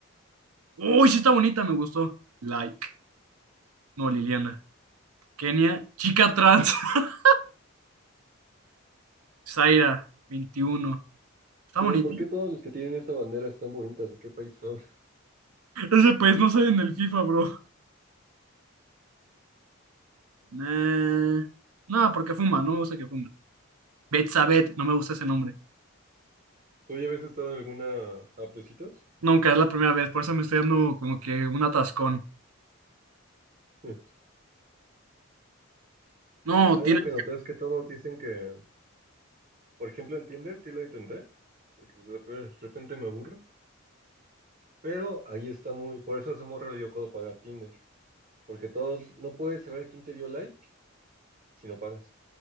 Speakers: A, on the right; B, on the right.
A: ¡Uy, sí está bonita, me gustó! Like. No, Liliana. Kenia, chica trans. <laughs> Zaira, 21. Está bonita.
B: Y ¿Por qué todas las que tienen esta bandera están bonitas? ¿De qué país son?
A: Ese país no sale en el FIFA, bro. Nah. No, porque fuma, no me gusta que fumen. Betsabet, no me gusta ese nombre.
B: <laughs> ¿Tú ya habías estado en alguna app de citas?
A: Nunca, es la primera vez, por eso me estoy dando como que un atascón.
B: Mm.
A: No,
B: Algo
A: tiene...
B: que noté es que todos dicen que, por ejemplo, en Tinder sí lo intenté, porque pues, de de repente me aburro, pero ahí está muy, por eso a esa morra le dio codo pagar Tinder, porque todos, no puedes saber quién te dio like si no pagas.